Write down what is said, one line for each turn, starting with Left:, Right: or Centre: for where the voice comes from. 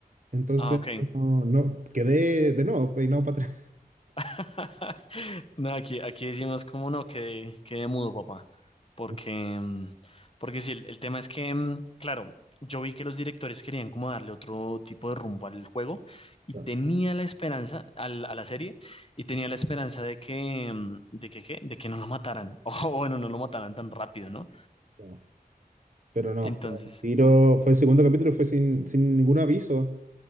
Right: Entonces,
Left: Ah, ok.
Right: no, no, quedé de nuevo, peinado para atrás.
Left: <laughs> No, aquí, aquí decimos, como no, que quedé mudo, papá. Porque,
Right: <laughs>
Left: mm, porque sí, el, el tema es que, mm, claro, yo vi que los directores querían como darle otro tipo de rumbo al juego y
Right: No,
Left: tenía la esperanza, al- a la serie, y tenía la esperanza de que, mm, de que, ¿qué? De que no lo mataran. <laughs> O bueno, no lo mataran tan rápido, ¿no?
Right: no. Pero no,
Left: Entonces,
Right: fue un tiro, fue el segundo capítulo y fue sin, sin ningún aviso.